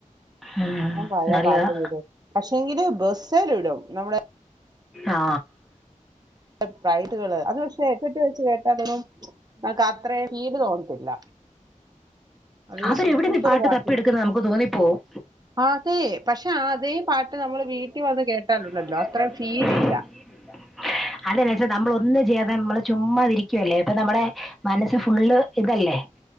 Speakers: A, in the centre; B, on the right.
A: ഉം,
B: ഞാൻ പയേ
A: നല്ലതാ
B: പാട്ട് എ <unintelligible> യ്തു പക്ഷെങ്കിലും ബസ് എരുടും നമ്മുടെ
A: ആ
B: <unintelligible> അത് പക്ഷെ ഹെഡ്സെറ്റ് വെച്ച് കേട്ടാൽതന്നെ നമുക്ക് അത്രയും ഫീൽ തോന്നത്തില്ല നല്ല
A: അവരെവിടെ
B: സൂപ്പർ
A: നിന്ന് ഈ
B: പാട്ട്
A: തപ്പിയെടുക്കുന്നത്
B: കള
A: നമുക്ക് തോന്നിപ്പോവും
B: അതെ പക്ഷെ അതേ പാട്ട് നമ്മള് വീട്ടിൽ വന്ന് കേട്ടാലുണ്ടല്ലോ
A: വിട്ടിൽ വന്ന് കേട്ടാലുണ്ടല്ലോ
B: അത്രയും ഫീലില്ല
A: ഫിലില്ല ആ അതെന്നാച്ചാൽ നമ്മള് ഒന്നും ചെയ്യാതെ നമ്മള് ചുമ്മാതിരിക്കുവല്ലേ അപ്പ നമ്മുടെ മനസ്സ് ഫുള്ള് ഇതല്ലേ